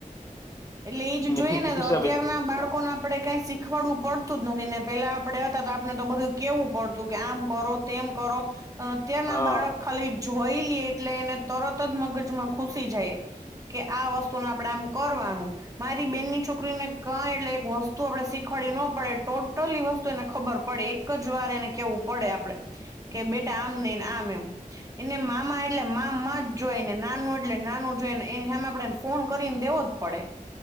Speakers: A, on the right (about 25°); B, on the left (about 20°).
A: એટલે ઈજ જોઈ
B: ને હિતેક્ષાબેન
A: એને તો અત્યારના બાળ
B: હા
A: કોન આપડે કાઈ શીખવાડવું પડતું જ નથી ને પેલા આપડે હતા તો આપણે તો બધું કેવું પડતું કે આમ કરો તેમ કરો, અન અત્યાર ના
B: હા
A: બાળક ખાલી જોઈલ્યે એટલે એને તરત જ મગજમાં ઘુસી જાય. કે આ વસ્તુન આપડે આમ કરવાનું. મારી બેનની છોકરીને કાઈ એટલે એક વસ્તુ આપડે શીખવાડી નો પડે ટોટલી વસ્તુ એને ખબર પડે એક એક જ વાર એને કેવું પડે આપડે કે બેટા આમ નઈ ન આમ એમ. એને મામા એટલે મામા જ જોઈ ને નાનું એટલે નાનું જોઈ ને એને હામે આપડે ફોન કરીન દેવો પડે